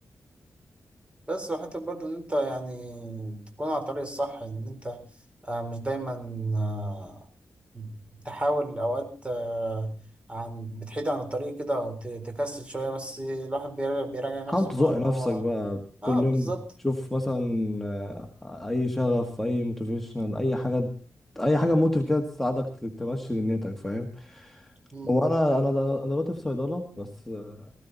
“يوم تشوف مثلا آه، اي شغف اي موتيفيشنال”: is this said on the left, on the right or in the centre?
Centre